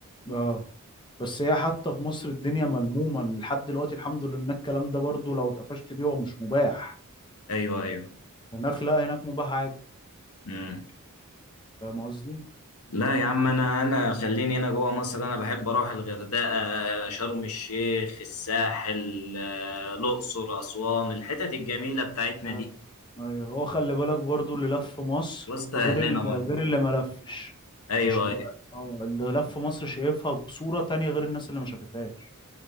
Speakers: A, on the left; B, on the left.
A: اه بس هي حتى في مصر الدنيا ملمومة لحد دلوقتي الحمد لله إنك الكلام ده برضو لو اتقفشت بيه هو مش مباح
B: ايوه ايوه
A: هناك لا هناك مباح عادي
B: امم
A: فاهم قصدي؟
B: لا يا عم انا انا خليني هنا جوه مصر انا بحب اروح الغردقه شرم الشيخ الساحل آه، الاقصر اسوان الحتت الجميله بتاعتنا
A: أيوة.
B: دي
A: ايوه هو خلي بالك برضو اللي لف في مصر
B: وسط اهلنا
A: غير اللي
B: برضه
A: غير اللي ما لفش
B: ايوه
A: مش هتبقى
B: ايوه
A: اه اللي لف في مصر شايفها بصورة تانية غير الناس اللي ما شافتهاش